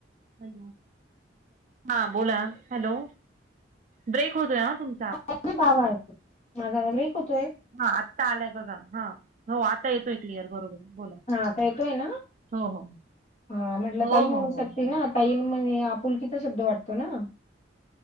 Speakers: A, on the right; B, on the left.
A: हॅल हा बोला हॅलो ब्रेक होतो ना तुम
B: <inaudible>
A: हा आत्ता आलाय बघा हा. हो आता येतोय क्लिअर बरोबर बोला
B: हा आता येतोय ना
A: हो हो.
B: हा म्हटलं
A: हो
B: ताई
A: हो
B: म्हणू
A: हो
B: शकते ना ताई म्हणे आपुलकीचा शब्द वाटतो ना.